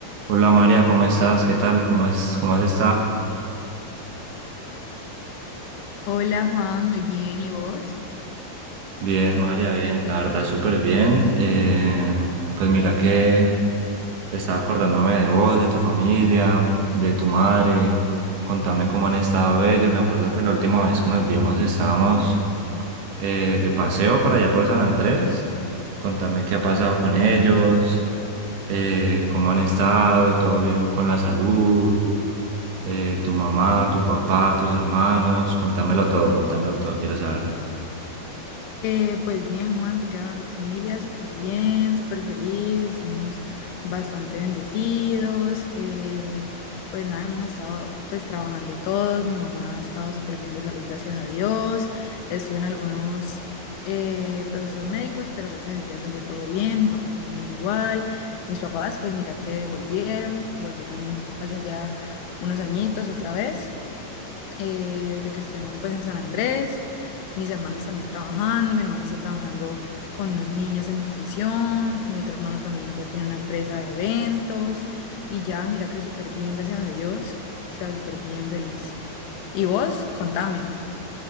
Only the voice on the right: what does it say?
Hola María, ¿cómo estás? ¿Qué tal? ¿Cómo es, cómo has estado?
Bien,
María, bien, la verdad súper bien. Eh, pues mira que estaba acordándome de vos, de tu familia, de tu madre. Contame cómo han estado ellos. Me acuerdo que la última vez que nos vimos estábamos eh, de paseo por allá por San Andrés. Contame qué ha pasado con ellos, eh, cómo han estado, todo bien con la salud, eh, tu mamá, tu papá, tus hermanos. Contámelo todo, contámelo todo, quiero saberlo.